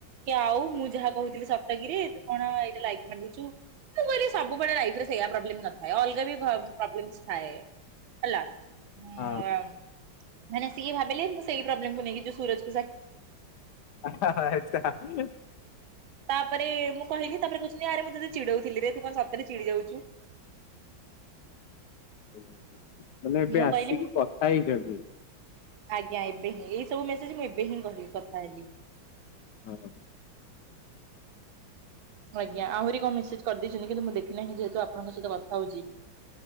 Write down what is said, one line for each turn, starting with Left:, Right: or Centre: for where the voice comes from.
Right: କି ଆଉ ମୁଁ ଯାହା କହୁଥିଲି ସତ କିରେ ତୁ କଣ ଏଇଟା ଲାଇକ ମାରିଦେଇଛୁ? ମୁଁ କହିଲି ସବୁବେଳେ ରାଇଫରେ ସେଇ ପ୍ରୋବ୍ଲେ ନଥାଏ ଅଲଗା ବି ପ୍ରୋବ୍ଲେମ ଥାଏ। ହେଲା ମ
Left: ହଁ
Right: ମାନେ ସିଏ ଭାବିଲେ ମୁଁ ସେଇ ପ୍ରୋବ୍ଲେମ୍କୁ ନେଇକି ଯୋଉ ସୁରଜ କୁ
Left: <inaudible>
Right: ତାପରେ ମୁଁ କହିଲି ତାପରେ କହୁଛନ୍ତି ଆରେ ମୁଁ ତତେ ଚିଡଉଥିଲି ରେ ତୁ କଣ ସତରେ ଚିଡି ଯାଉଛୁ?
Left: ଓ ମାନେ ଏବେ
Right: ମୁଁ
Left: ଆସିକି
Right: କହିଲି
Left: କଥା ହେଇଛ କି?
Right: ଆଜ୍ଞା ଏବେ ହିଁ ଏଇ ସବୁ ମେସେଜ ମୁଁ ଏବେ ହିଁ କହିବି କଥା ହେଲି।
Left: ହଁ।
Right: ଆଜ୍ଞା ଆହୁରି କଣ ମେସେଜ କରିଦେଇଛନ୍ତି କିନ୍ତୁ ମୁଁ ଦେଖିନାହିଁ ଯେହେତୁ ଆପଣଙ୍କ ସହିତ କଥା ହଉଛି।